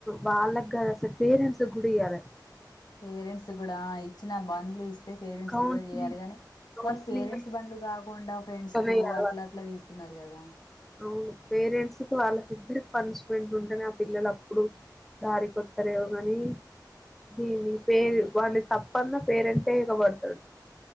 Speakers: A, in the centre; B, on the left (about 65°).
A: వాళ్లకి కాదు అసలు పేరెంట్స్ కూడా ఇయ్యాల
B: పేరెంట్స్ గూడా ఇచ్చిన బండ్లు ఇస్తే పేరెంట్స్
A: కౌన్సిలింగ్
B: కూడా చేయాలి గానీ
A: కౌన్సిలింగ్
B: వాళ్ళు పేరెంట్స్ బండ్లు కాకుండా ఫ్రెండ్స్ తో
A: అయ్యారు
B: అట్లా
A: వాళ్ళు.
B: అట్లా తీస్తున్నారు కదా
A: అవును పేరెంట్స్ కు వాళ్ళకిద్దరి పనిష్మెంట్ ఉంటేనే ఆ పిల్లలు అప్పుడు దారి కొత్తరేవగాని దీని పేరు వాని తప్పన్నా పేరెంట్స్ ఇకబడతాడు